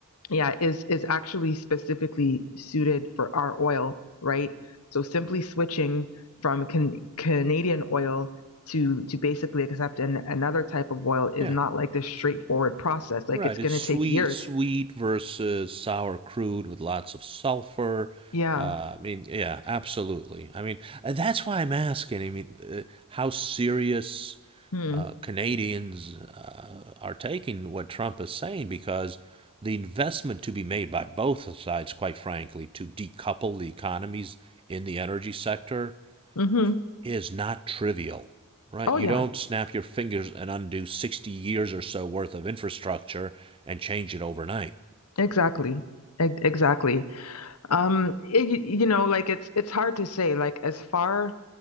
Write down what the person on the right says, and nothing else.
Yeah.
So
Right.
It's
sweet,
it's sweet versus sour crude with lots of sulfur.
Uh, I mean, yeah, absolutely. I mean, and that's why I'm asking. I mean, uh, how serious
uh, Canadians uh, are taking what Trump is saying because the investment to be made by both sides, quite frankly, to decouple the economies in the energy sector
is not trivial, right?
You
don't snap your fingers and undo 60 years or so worth of infrastructure and change it overnight.